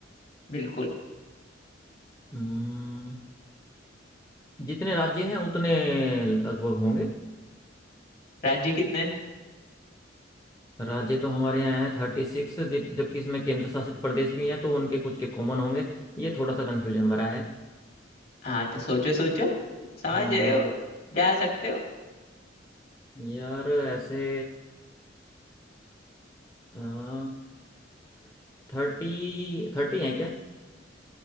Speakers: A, on the left (about 55°); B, on the left (about 20°).
A: बिल्कुल
B: हम्म जितने राज्य हैं उतने लगभग होंगे
A: राज्य कितने हैं
B: राज्य तो हमारे यहाँ है थर्टी सिक्स जबकि इसमें केंद्र शासित प्रदेश भी हैं तो उनके कुछ के कॉमन होंगे ये थोड़ा सा कंफ्यूजन भरा है
A: हाँ तो सोचो सोचो समझ
B: हम्म
A: रहे हो जा सकते हो
B: यार ऐसे थर्ट थर्टी थर्टी हैं क्या